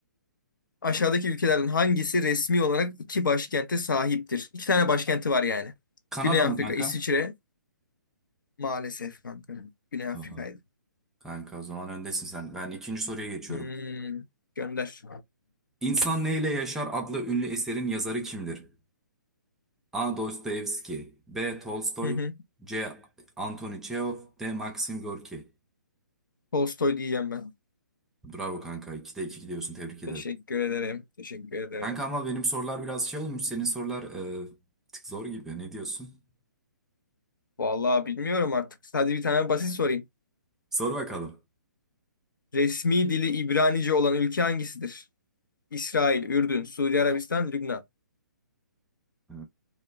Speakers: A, on the left; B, in the centre.
A: Aşağıdaki ülkelerden hangisi resmi olarak iki başkente sahiptir? İki tane başkenti var yani.
B: Kanada
A: Güney Afrika,
B: mı kanka?
A: İsviçre. Maalesef kanka. Güney Afrika'ydı.
B: Aa. Kanka o zaman öndesin sen. Ben ikinci soruya geçiyorum.
A: Hmm, gönder.
B: İnsan Neyle Yaşar adlı ünlü eserin yazarı kimdir? A. Dostoyevski B. Tolstoy
A: Hı hı.
B: C. Anthony Çehov D. Maxim Gorki
A: Tolstoy diyeceğim ben.
B: Bravo kanka. 2'de 2 gidiyorsun. Tebrik ederim.
A: Teşekkür ederim. Teşekkür ederim.
B: Kanka ama benim sorular biraz şey olmuş. Senin sorular e, bir tık zor gibi. Ne diyorsun?
A: Vallahi bilmiyorum artık. Hadi bir tane basit sorayım.
B: Sor bakalım.
A: Resmi dili İbranice olan ülke hangisidir? İsrail, Ürdün, Suudi Arabistan, Lübnan.
B: E,